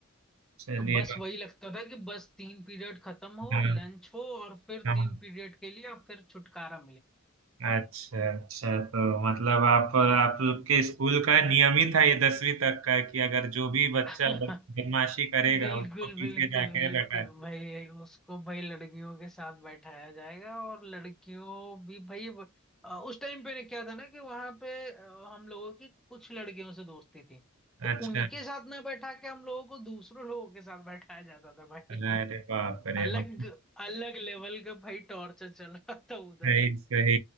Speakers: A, on the right (about 80°); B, in the centre.
A: चलिए
B: तो बस वही लगता था कि बस तीन पीरियड खत्म हो
A: हाँ
B: लंच हो और फिर
A: हाँ
B: तीन पीरियड के लिए और फिर छुटकारा
A: अच्छा अच्छा तो मतलब आप आप लोग के स्कूल का नियम ही था ये दसवीं तक का कि अगर जो भी बच्चा
B: मिलेगा
A: ब- बदमाशी
B: <laughs>
A: करेगा
B: बिल्कुल
A: उसको पीछे
B: बिल्कुल
A: जाके
B: बिल्कुल
A: रखा
B: भाई उसको भाई लड़कियों के साथ बैठाया जाएगा और लड़कियों भी भाई ब- अ, उस टाइम पे ने क्या था ना कि वहां पे अ, हम लोगों की कुछ लड़कियों से दोस्ती थी तो
A: अच्छा
B: उनके साथ ना बैठा के हम लोगों को दूसरों लोगों के साथ बैठाया जाता था भाई
A: अरे बाप
B: <laughs>
A: रे
B: अलग
A: मतलब
B: अलग लेवल का भाई टॉर्चर चल रहा था उधर
A: सही सही